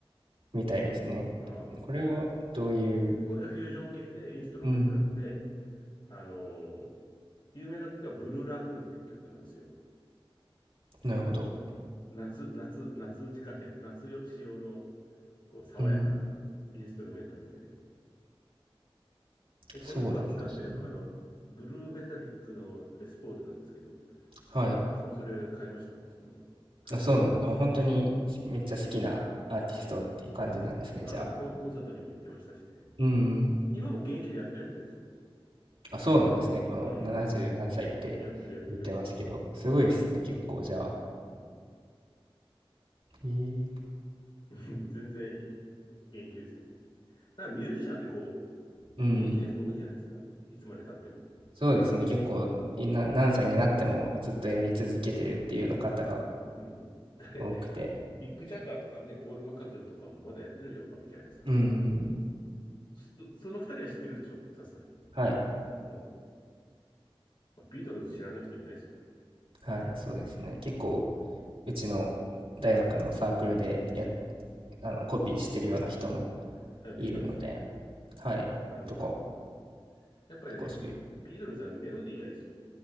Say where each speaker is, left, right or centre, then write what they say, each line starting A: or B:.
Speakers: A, on the right; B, on the left.
A: みたいですね。
B: あー
A: これはどういう、
B: これはフュージョン系で、インストルメンタルで、
A: うん、
B: あのー有名な曲がブルーラグーンっていう曲なんですよ。
A: なるほど。
B: 夏、夏、夏仕掛け、夏よ仕様のこう爽やかなインストルメンタルでね。
A: うん、
B: で、この人が使ってるのが、
A: そうなんですね。
B: あの、ブルーメタリックのレスポールなんですけど、
A: はい。
B: 私もそれ買いました、そのまま。彼と同じ仕様のやつ。
A: あ、そうなんだ。本当にめっちゃ好きなアーティストっていう感じなんですね、
B: うん。うん。あ、
A: じゃあ。
B: コン、コンサートにも行ってましたしね。
A: うん。
B: 今も現役でやってるみたいですよ。
A: あ、そうなんですね。この70何歳って言ってますけど、
B: うん、うん。やってる、やってる。
A: すごいですね、
B: はい。
A: 結構じゃあ。
B: うん、
A: へえ。
B: <laughs> 全然い現役ですよね。だからミュージシャンってこう、
A: うん。
B: 現役の人多いじゃないですか。いつまで経っても。
A: そうですね、結構いな何歳になってもずっとやり続けてるっていうような方が
B: うん。だって、
A: 多くて。
B: ミック・ジャガーとかね、ポール・マッカートニーとかもまだやってるわけじゃないですか。
A: うん。
B: そ、その二人は知ってるでしょさすがに。
A: はい、
B: うん。まあ、ビートルズ知らない人いないですよね。
A: はい、そうですね。
B: うん。
A: 結構
B: うん。
A: うちの大学のサークルでやあの、コピーしてるような人も
B: あ、ビートルズ
A: いるので、はい、
B: ああー。
A: とか、
B: やっぱりね、
A: 結構そういう
B: ビートルズはメロディーがいいですよ。